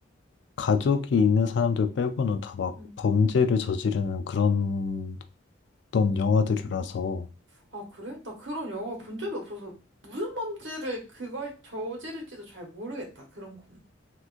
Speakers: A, on the left (about 65°); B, on the right (about 75°).
A: 가족이 있는 사람들 빼고는 다 막
B: 응.
A: 범죄를 저지르는 그런 어떤 영화들이라서
B: 아, 그래? 나 그런 영화 본 적이 없어서 무슨 범죄를 그걸 저지를지도 잘 모르겠다. 그런 거는.